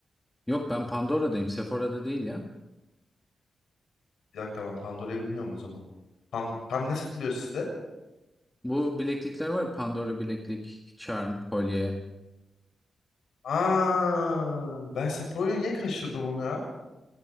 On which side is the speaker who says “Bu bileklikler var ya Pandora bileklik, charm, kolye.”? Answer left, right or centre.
Centre